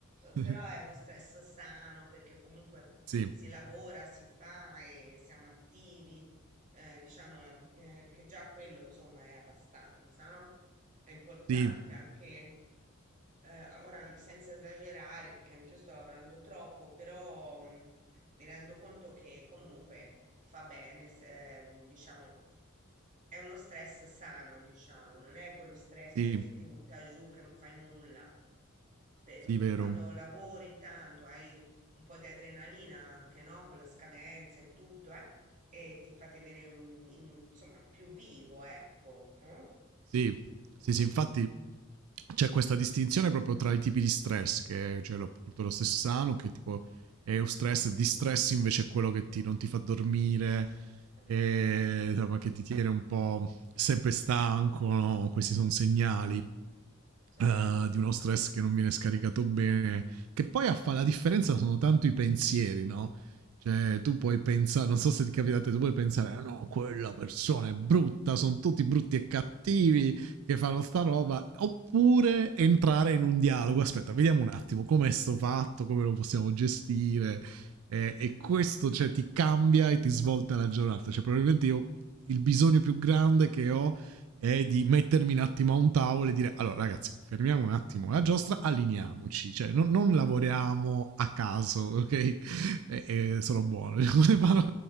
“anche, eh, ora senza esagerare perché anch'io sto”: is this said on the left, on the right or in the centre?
Right